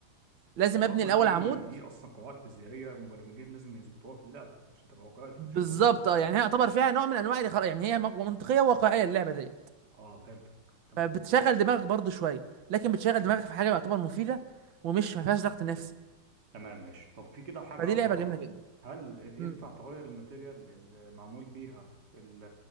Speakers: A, on the right (about 65°); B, on the right (about 45°).
A: لازم
B: اه
A: ابني
B: ما
A: الاول
B: دي
A: عمود
B: دي اصلا قواعد فيزيائيه مبرمجين لازم يظبطوها في اللعبه عشان تبقى واقعيه
A: بالظبط
B: شيء طبيعي
A: اه يعني هي يعتبر فيها نوع من انواع الخرا يعني هي مق- منطقيه وواقعيه اللعبه ديت
B: اه فهمتك تمام
A: فبتشغل دماغك برضو شويه لكن بتشغل دماغك في حاجه يعتبر مفيده ومش ما فيهاش ضغط نفسي
B: تمام ماشي طب في كده حاجه
A: فدي
B: عاوز
A: لعبه
B: اعرفها
A: جميله جدا
B: هل اللي
A: مم.
B: ينفع تغير الماتيريال اللي معمول بيها ال-